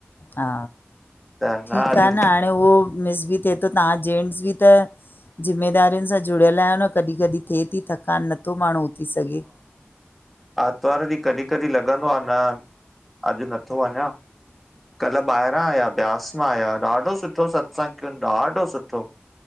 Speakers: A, on the left; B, in the centre.
A: हा
B: त
A: ठीकु
B: अॼु
A: आहे न हाणे उहो मिस बि थिए थो तव्हां जेंट्स बि त ज़िम्मेदारियुनि सां जुड़ियल आहियो न कॾहिं- कॾहिं थिए थी थकान नथो माण्हू उथी सघे
B: आरतवारु ॾींहुं कॾहिं -कॾहिं लॻंदो आ न, अॼु नथो वञा कल्ह ॿाहिरां आया ब्यास मां आहियां, ॾाढो सुठो सत्संग कयन, ॾाढो सुठो।